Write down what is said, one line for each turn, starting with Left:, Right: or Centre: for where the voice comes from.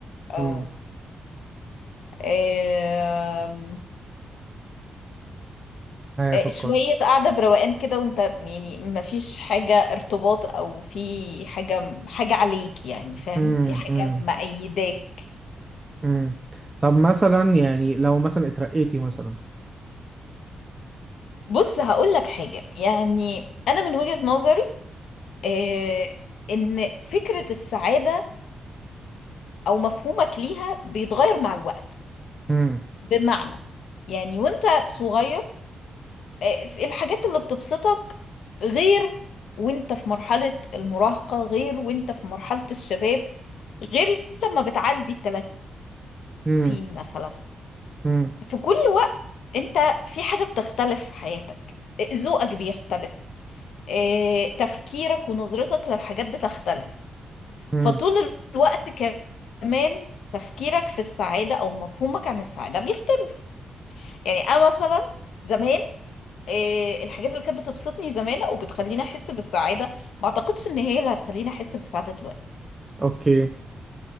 Right: امم
Left: او آم،
Right: هي
Left: آه،
Right: فكري
Left: شوية قاعدة بروقان كده وانت يعني مفيش حاجة ارتباط او في حاجة حاجة عليك يعني فاهم
Right: امم
Left: في حاجة
Right: امم
Left: مأيداك
Right: امم طب مثلا يعني لو مثلا اترقيتي مثلا
Left: بص هقول لك حاجة يعني انا من وجهة نظري آه، ان فكرة السعادة او مفهومك ليها بيتغير مع الوقت
Right: امم
Left: بمعنى يعني وانت صغير آه، في الحاجات اللي بتبسطك غير وانت في مرحلة المراهقة غير وانت في مرحلة الشباب غير لما بتعدي التلاتين
Right: امم
Left: مثلا
Right: امم
Left: في كل وقت انت في حاجة بتختلف في حياتك آه، ذوقك بيختلف آه، تفكيرك ونظرتك للحاجات بتختلف
Right: امم
Left: فطول الوقت كمان تفكيرك في السعادة أو مفهومك عن السعادة بيختلف يعني أنا مثلا زمان آه، الحاجات اللي كانت بتبسطني زمان وبتخليني احس بالسعاده ما اعتقدش ان هي اللي هتخليني احس بالسعاده دلوقتي
Right: اوكي